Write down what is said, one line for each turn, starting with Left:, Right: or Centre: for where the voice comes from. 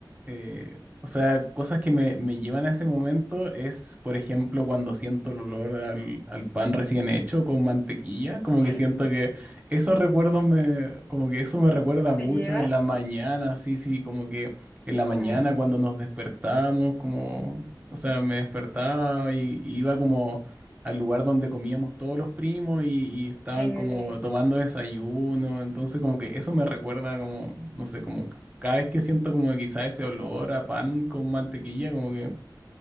Right: eh, o sea, cosas que me, me llevan a ese momento es, por ejemplo, cuando siento el olor al, al pan recién hecho con mantequilla, como
Left: ¿Sí?
Right: que siento que esos recuerdos me, como que eso me recuerda mucho
Left: ¿Te llevas?
Right: en la mañana, sí, sí, como que en la mañana
Left: Wow,
Right: cuando nos despertamos, como, o sea, me despertaba y, y iba como al lugar donde comíamos todos los primos y, y estaban
Left: chévere,
Right: como tomando desayuno. Entonces como que eso me recuerda como, no sé, como cada vez que siento como que quizá ese olor a pan con mantequilla, como que